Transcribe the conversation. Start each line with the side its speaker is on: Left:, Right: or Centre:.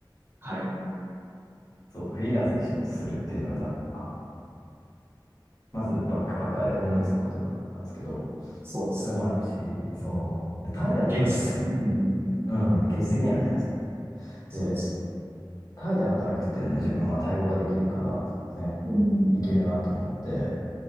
Right: はい。
Left: そう、フリーランスで仕事するっていうのが多分、あ、まずバックパッカーで思いつくことだったんですけど、
Right: そうです
Left: それもあるし、そう、でタイで働くっていうのもね、
Right: ね。現実。うん。
Left: うん、現実的にはね、そう。で、
Right: そうですね。
Left: タイで働くっていうのも自分はタイ語ができるから、全然
Right: うん。
Left: いけるなと思って、